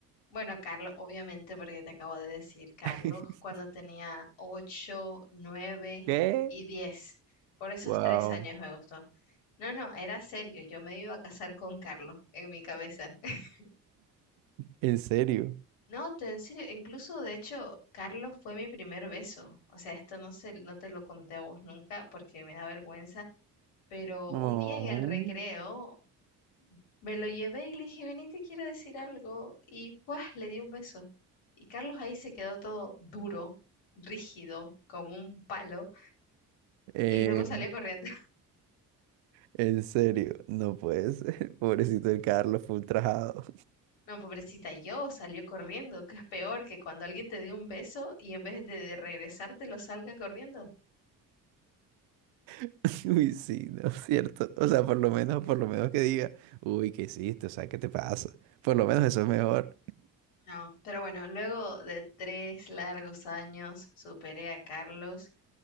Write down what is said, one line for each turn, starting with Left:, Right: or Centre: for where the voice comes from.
Left: Bueno, Carlos, obviamente, porque te acabo de decir, Carlos,
Right: <laughs>
Left: cuando tenía ocho, nueve
Right: ¿Qué?
Left: y diez, Por esos
Right: Wow.
Left: tres años me gustó. No, no, era serio, yo me iba a casar con Carlos en mi cabeza. <laughs>
Right: ¿En serio?
Left: No, te, en serio, incluso de hecho, Carlos fue mi primer beso. O sea, esto no se, no te lo conté a vos nunca porque me da vergüenza, pero
Right: Oh.
Left: un día en el recreo Me lo llevé y le dije, vení, te quiero decir algo. Y pues le di un beso. Y Carlos ahí se quedó todo duro, rígido, como un palo.
Right: Eh,
Left: Y luego salió corriendo. <laughs>
Right: en serio, no puede ser. <laughs> Pobrecito el Carlos full ultrajado.
Left: No, pobrecita, yo salió corriendo, que es peor que cuando alguien te dé un beso y en vez de regresártelo salga corriendo.
Right: <laughs> Uy, sí, no es cierto. O sea, por lo menos, por lo menos que diga, uy, ¿qué hiciste? O sea, ¿qué te pasa? Por lo menos eso es mejor.
Left: No, pero bueno, luego de tres largos años superé a Carlos